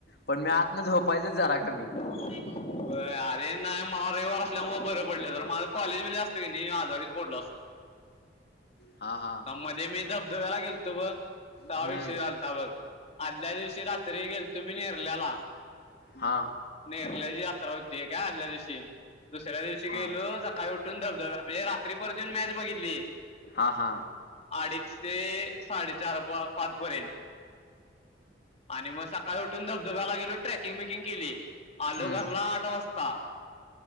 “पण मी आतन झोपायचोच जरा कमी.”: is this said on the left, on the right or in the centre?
Left